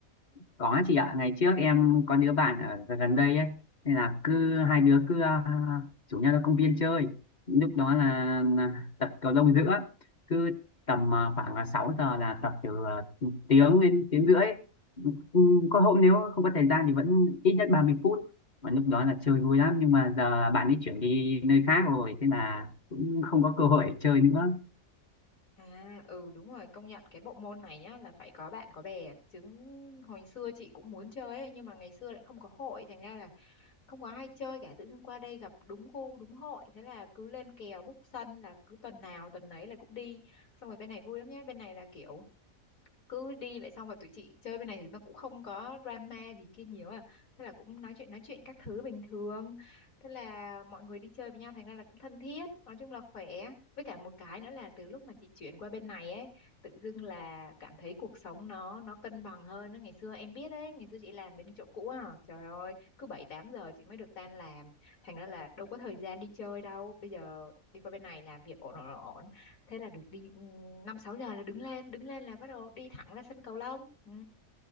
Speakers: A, on the left (about 40°); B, on the left (about 70°).
A: Có chị ạ, ngày trước em có đứa bạn ở gần gần đây ấy, nên là cứ hai đứa cứ à, rủ nhau ra công viên chơi. Lúc đó là, là tập cầu lông giữa, cứ tầm à, khoảng là 6 giờ là tập từ à, tiếng đến tiếng rưỡi. Ừ, Có hôm nếu không có thời gian thì vẫn ít nhất 30 phút. Mà lúc đó là chơi vui lắm, nhưng mà giờ bạn ấy chuyển đi nơi khác rồi, thế là cũng không có cơ hội để chơi nữa.
B: À, ừ đúng rồi, công nhận cái bộ môn này nhá là phải có bạn có bè chứ hồi xưa chị cũng muốn chơi ấy, nhưng mà ngày xưa lại không có hội thành ra là không có ai chơi cả tự dưng qua đây gặp đúng gu đúng hội thế là cứ lên kèo book sân là cứ tuần nào tuần nấy là cũng đi xong rồi bên này vui lắm nhá bên này là kiểu cứ đi vậy xong rồi tụi chị chơi bên này thì nó cũng không có drama gì kia nhiều à thế là cũng nói chuyện nói chuyện các thứ bình thường thế là mọi người đi chơi với nhau thành ra là cũng thân thiết nói chung là khỏe với cả một cái nữa là từ lúc mà chị chuyển qua bên này ấy tự dưng là cảm thấy cuộc sống nó nó cân bằng hơn á ngày xưa em biết đấy ngày xưa chị làm bên chỗ cũ à trời ơi cứ bảy tám giờ chị mới được tan làm thành ra là đâu có thời gian đi chơi đâu bây giờ đi qua bên này làm việc ổn ổn ổn thế là được đi ừ, năm sáu giờ là đứng lên đứng lên là bắt đầu đi thẳng ra sân cầu lông ừ.